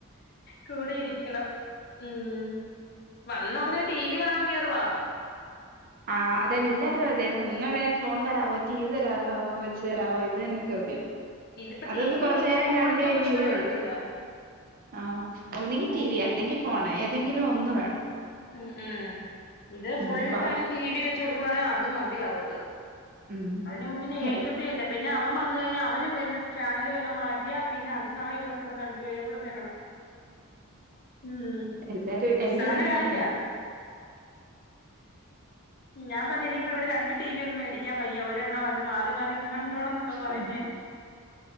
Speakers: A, on the left (about 45°); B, on the right (about 40°).
A: കൂടെ ഇരിക്കണം ഉം ന് ഉടനെ ടി വി കാണാൻ കേറുവാ
B: ആഹ് അതെല്ലാരും അതെ വന്നോടന്നേ ഫോൺ തരമോ ടി വി തരോ വെച്ചു തരവോ ഇത് തന്നെ ചോദ്യം
A: ഇതിപ്പോ
B: അതൊന്ന്
A: ടി വി
B: കൊറച്ചു
A: ഉള്ളോണ്ട്
B: നേരം
A: ഫോണിന്റെ
B: കണ്ട് കഴിഞ്ഞെങ്കിലേ
A: പ്രശ്നം വരുന്നില്ല
B: ഉള്ളു ആഹ് ഒന്നങ്കി
A: പക്ഷെ
B: ടി വി അല്ലെങ്കിൽ ഫോൺ ഏതെങ്കിലും ഒന്ന് വേണം
A: ഉ ഉം ഇത്
B: ഉം
A: ഫുൾ
B: കൊറേ
A: ടൈം ടി വി വെച്ച്കൊടുക്കുവാണേ അത് മതി അവക്ക്
B: ഉം
A: അതിന്റെ മുമ്പിന്ന്
B: എല്ലാരും
A: ഏയ്ക്കത്തെ ഇല്ല പിന്നെ അവൻ മന്നു കഴിഞ്ഞാൽ അവനും വരുന്ന ചാനൽ വല്ലാം മാറ്റിയാ പിന്നെ അതിനായി ഇവിടെ കിടന്ന് രണ്ടുപേും കൂടെ ബഹളം ഉം
B: എല്ലാരും
A: നിസ്സാര
B: എല്ലാരും ഇങ്ങനെന്നെയ.
A: കാര്യാ ഞാൻ പറയന്ന് ഇപ്പ ഇവിടെ രണ്ട് ടി വി ഒന്ന് മേടിക്കാം വയ്യ ഒരെണ്ണാവ അത് മാറി മാറി കണ്ടോണം ന്നൊക്കെ പറയും
B: ആ
A: ഞാൻ